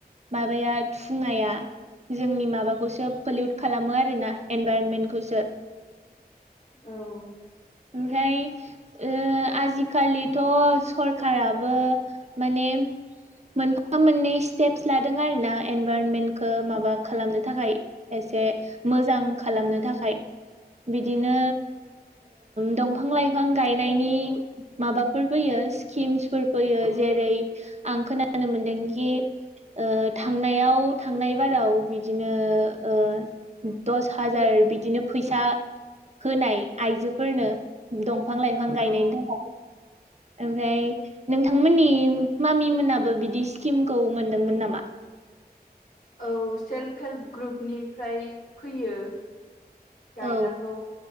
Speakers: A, on the right; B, on the left.
A: माबाया थुंङाया जोंनि माबाखौसो पलिउट खालामो आरोना इनभरनमेन्टखौसो
B: औ
A: ओमफ्राय ओ आजिखालिथ' सरखाराबो माने मोनफा मोननै स्टेपस लादों आरोना एनभारनमेन्टखौ माबा खालामनो थाखाय एसे मोजां खालामनो थाखाय बिदिनो दंफां लाइफां गायनायनि माबाफोर फैयो स्किम्सफोर फैयो जेरै आं खोनानो मोनदोंखि ओ थांनायाव थांनाय बाराव बिदिनो ओ दस हाजार बिदिनो फैसा होनाय आइजोफोरनो दं फां लाइफां
B: औ
A: गायनायनि थाखाय ओमफ्राय नोंथांमोननि मामि मोनाबो बिदि स्किमखौ मोनदोंमोन नामा
B: औ सेल्फ हेल्प ग्रुपनिफ्राय फैयो गायनांगौ
A: औ